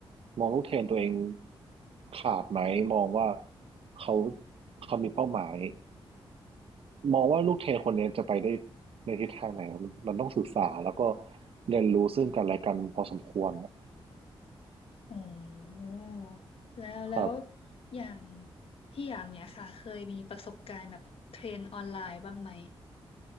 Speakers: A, on the right (about 70°); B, on the left (about 70°).
A: มองลูกเทรนตัวเองขาดไหมมองว่าเขาเขามีเป้าหมายมองว่าลูกเทรนคนนี้จะไปได้ในทิศทางไหนมันมันต้องศึกษาแล้วก็เรียนรู้ซึ่งกันและกันพอสมควรนะ
B: อ๋อแล้วแล้ว
A: ครับ
B: อย่างพี่อย่างเนี้ยค่ะเคยมีประสบการณ์แบบเทรนออนไลน์บ้างไหม